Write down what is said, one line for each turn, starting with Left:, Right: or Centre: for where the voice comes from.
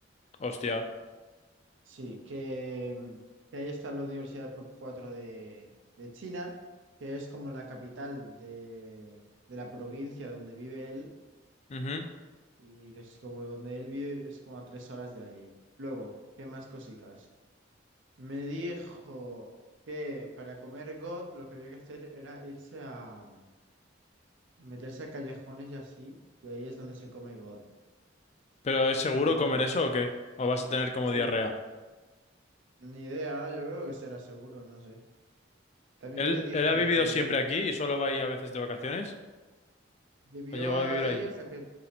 Left: Hostia.
Right: Sí, que, mm, que ahí está la Universidad Top 4 de, de China, que es como la capital de, de la provincia donde vive él
Left: Ujú.
Right: y que es como donde él vive, es como a tres horas de ahí. Luego, ¿qué más cositas? Me dijo que para comer God lo que había que hacer era irse a mm, meterse a callejones y así, y ahí es donde se come God.
Left: ¿Pero es seguro
Right: Luego,
Left: comer eso o qué? ¿O vas a tener como
Right: sí,
Left: diarrea?
Right: ni idea, yo creo que será seguro, no sé. También
Left: ¿Él,
Right: me dijo
Left: él ha vivido
Right: que
Left: siempre aquí y solo va ahí a veces de vacaciones?
Right: vivió
Left: ¿O llegó
Right: ahí
Left: a vivir ahí?
Right: hasta que